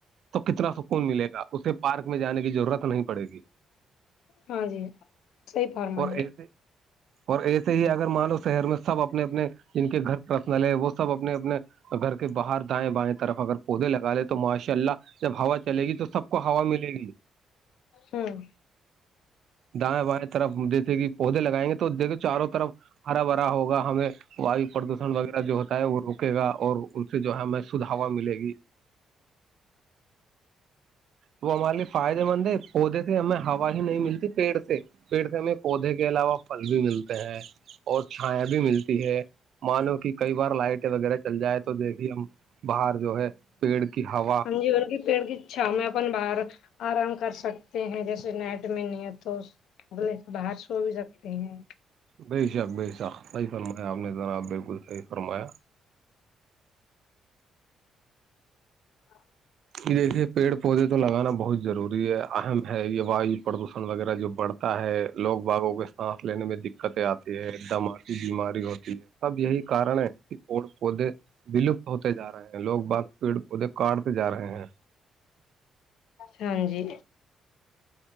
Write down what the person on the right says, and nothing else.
تو کتنا سکون ملے گا اسے پارک میں جانے کی ضرورت نہیں پڑے گی
اور
ایسے اور ایسے ہی اگر مانو شہر میں سب اپنے اپنے جن کے گھر پرسنل ہیں وہ سب اپنے اپنے گھر کے باہر دائیں بائیں طرف اگر پودے لگا لے تو ماشاء اللہ جب ہوا چلے گی تو سب کو ہوا ملے گی
دائیں بائیں طرف جیسے کہ پودے لگائیں گے تو دیکھو چاروں طرف ہرا بھرا ہو ہمیں واو پردوشن وغیرہ جو ہوتا ہے وہ روکے گا اور ان سے جو ہے ہمیں سدھوا ملے گی وہ ہمارے لیے فائدے مند ہے پودے سے ہمیں ہوا ہی نہیں ملتی پیڑ سے پیڑ میں پودے کے علاوہ پھل بھی ملتے ہیں اور چھایا بھی ملتی ہے مانو کہ کئی بار لائٹیں وغیرہ چل جائے تو دیکھیے ہم باہر جو ہے پیڑ کی ہوا
بے شک بے شق صحی فرمایا آپ نے ذرا بالکل صحیح فرمایا
یہ دیکھیے پیڑ پودے تو لگانا بہت ضروری ہے اہم ہے یہ واو پردوشن وغیرہ جو بڑھتا تا ہے لوگ باغوں کے سانس لینے میں د دقتیں آتی ہے دماکی بیماری ہوتی ہے سب یہی کارن ہے کہ پڑ پودے ولپت ہوتے جا رہے ہیں لوگ بغ پیڑ پدے کاٹتے جا رہے ہیں